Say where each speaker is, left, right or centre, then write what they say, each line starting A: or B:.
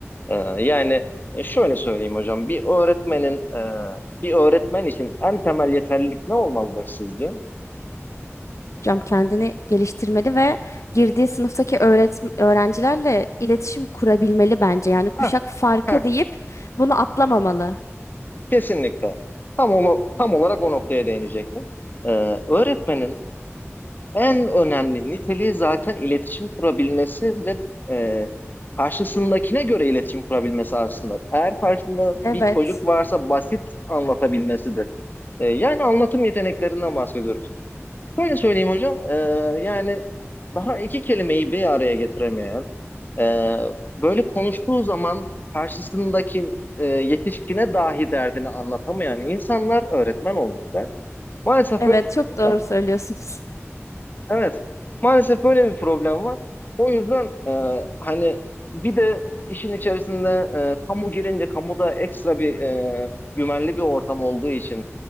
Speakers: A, on the left; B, on the left.
A: E, yani e, şöyle söyleyeyim hocam, bir öğretmenin, e, bir öğretmen için en temel yeterlilik ne olmalıdır sizce?
B: Cam kendini geliştirmeli ve girdiği sınıftaki öğretm- öğrencilerle iletişim kurabilmeli bence. Yani kuşak
A: Heh,
B: farkı
A: heh.
B: deyip bunu atlamamalı.
A: Kesinlikle. Tam, ola- tam olarak o noktaya değinecektim. Ee, öğretmenin en önemli niteliği zaten iletişim kurabilmesi ve e, karşısındakine göre iletişim kurabilmesi aslında. Eğer karşında
B: Evet.
A: bir çocuk varsa basit anlatabilmesidir. Ee, yani anlatım yeteneklerinden bahsediyoruz. Şöyle söyleyeyim hocam, e, yani daha iki kelimeyi bir araya getiremeyen, e, böyle konuştuğu zaman karşısındaki e, yetişkine dahi derdini anlatamayan insanlar öğretmen olmuşlar. Maalesef
B: Evet
A: böyle bir
B: çok
A: problem.
B: doğru söylüyorsunuz.
A: Evet, maalesef böyle bir problem var. O yüzden e, hani bir de işin içerisinde e, kamu girince kamuda ekstra bir e, güvenli bir ortam olduğu için